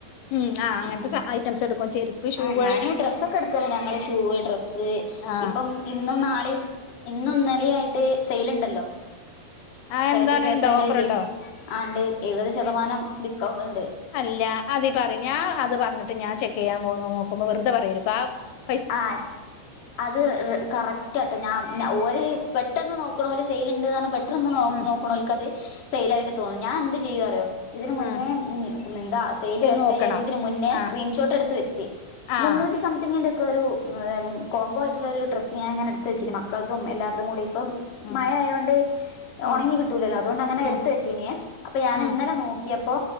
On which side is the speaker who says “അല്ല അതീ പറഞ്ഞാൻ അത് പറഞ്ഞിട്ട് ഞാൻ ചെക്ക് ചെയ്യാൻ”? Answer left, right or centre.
Left